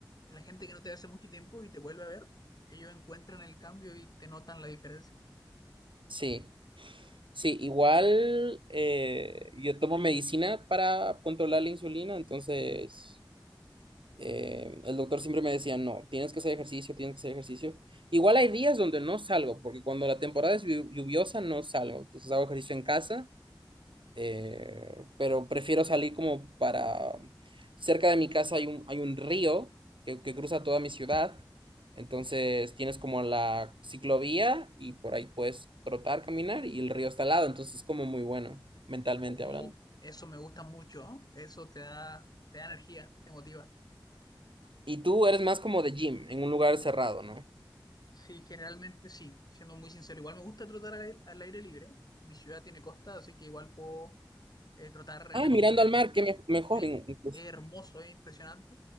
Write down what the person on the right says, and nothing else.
Sí, sí, igual eh, yo tomo medicina para controlar la insulina, entonces... eh, el doctor siempre me decía, no, tienes que hacer ejercicio, tienes que hacer ejercicio. Igual hay días donde no salgo, porque cuando la temporada es llu- lluviosa no salgo, entonces hago ejercicio en casa, eh, pero prefiero salir como para... Cerca de mi casa hay un, hay un río que, que cruza toda mi ciudad, entonces tienes como la ciclovía y por ahí puedes trotar, caminar y el río está al lado, entonces es como muy bueno, mentalmente
hablando.
Y tú eres más como de gym, en un lugar cerrado, ¿no?
Ah,
mirando
al mar, que me- mejor
in- incluso.